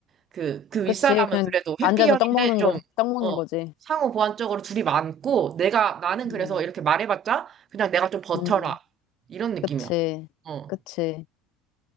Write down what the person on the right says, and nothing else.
그, 그
윗사람은
그래도 회피형인데
좀,
어,
상호 보완적으로 둘이 많고, 내가, 나는
그래서 이렇게 말해봤자, 그냥 내가 좀 버텨라.
이런 느낌이야.
어,